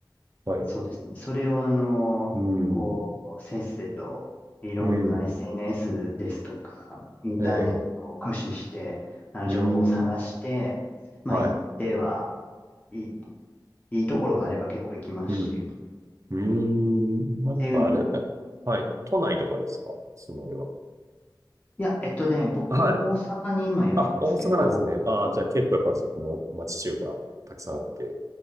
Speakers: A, on the right; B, on the left.
A: はい。
B: そうですね。それをあの、
A: うん。
B: こう、せっせと、いろんな
A: うん。
B: SNS ですとか、インターネットを駆使して、
A: はい。ええ
B: あの、
A: うん。
B: 情報を探して、まあ、
A: はい。
B: 行っては、いい、いいところがあれば結構行きますし、
A: うん。
B: っ
A: うん。なんかあれ、
B: ていうのを、
A: えはい。都内とかですかその要は。
B: いや、えっとね、僕、
A: はい。
B: 大阪に今いるんですけど、
A: あ、大阪なんですね。ああ、じゃあ結構やっぱそこも町中華たくさんあって、
B: あ